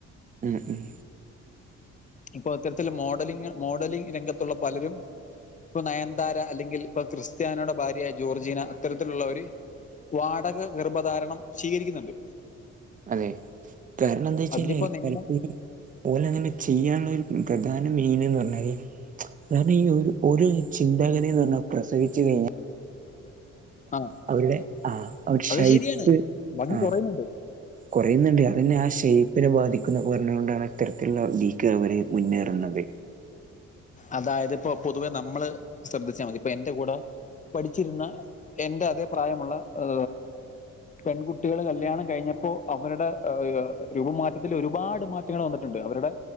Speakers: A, on the right (about 30°); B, on the left (about 25°).
A: ഉം ഉം
B: ഇപ്പൊ ഇത്തരത്തില് മോഡലിങ് മോഡലിങ് രംഗത്തുള്ള പലരും ഇപ്പൊ നയന്താര അല്ലെങ്കിൽ ഇപ്പൊ ക്രിസ്ത്യാനയുടെ ഭാര്യ ജോർജീന അത്തരത്തിലുള്ള ഒരു വാടക ഗർഭധാരണം സ്വീകരിക്കുന്നുണ്ട്
A: അതെ കാരണം എന്താച്ചാൽ
B: അതിനിപ്പോ നിയമം
A: പലപ്പോഴും ഓ ലെ ങ്ങനെ ചെയ്യാനുള്ള ഒരു പ്രധാന മൈയിനന്ന് പറഞ്ഞാൽ അതാണ് ഈ ഒരു ഒരു ചിന്താഗതീന്ന് പറഞ്ഞാൽ പ്രസവിച്ചു കഴിഞ്ഞാൽ
B: ആ
A: അവരുടെ ആ അവർ ഷൈപ്പ്
B: അത് ശരിയാണ് ഭംഗി
A: ആ
B: കുറയുന്നുണ്ട്
A: കുറയുന്നുണ്ട്. അതന്നെ ആ ഷേപ്പിനെ ബാധിക്കുംന്നൊക്കെ പറഞ്ഞുകൊണ്ടാണ് ഇത്തരത്തിലുള്ള വീക്ക് അവർ മുന്നേറുന്നത്
B: അതായത് ഇപ്പോ പൊതുവെ നമ്മള് ശ്രദ്ധിച്ചാൽ മതി ഇപ്പൊ എന്റെ കൂടെ പഠിച്ചിരുന്ന എന്റെ അതേ പ്രായമുള്ള ഹ പെൺകുട്ടികള് കല്യാണം കഴിഞ്ഞപ്പോ അവര്ടെ ആഹ് ഹ് രൂപമാറ്റത്തിൽ ഒരുപാട് മാറ്റ <unintelligible> വന്നിട്ടുണ്ട് അവരുടെ